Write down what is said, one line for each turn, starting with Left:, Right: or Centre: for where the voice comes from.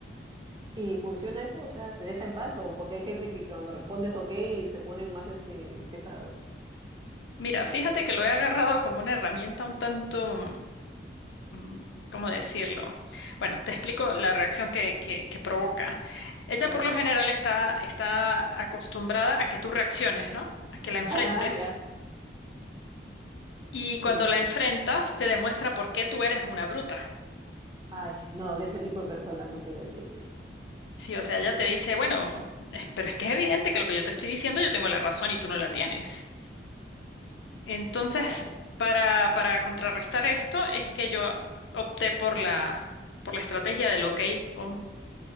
Right: ¿Y funciona eso? O sea, ¿te deja en paz? ¿O porque hay gente que cuando respondes ok se ponen más este, pesados?
Left: Mira, fíjate que lo he agarrado como una herramienta un tanto, mm, ¿cómo decirlo? Bueno, te explico la reacción que, que, que provoca. Ella
Right: A
Left: por
Right: ver.
Left: lo general está, está acostumbrada a que tú reacciones, ¿no? A que la enfrentes.
Right: Ah, ya.
Left: Y cuando
Right: Y ya.
Left: la enfrentas, te demuestra por qué tú eres una bruta.
Right: Ay, no, de ese tipo de personas. Ok, ok, ok.
Left: Sí, o sea, ella te dice, bueno, es- pero es que es evidente que lo que yo te estoy diciendo yo tengo la razón y tú no la tienes. Entonces,
Right: La...
Left: para, para contrarrestar esto es que yo opté por la, por la estrategia del ok con,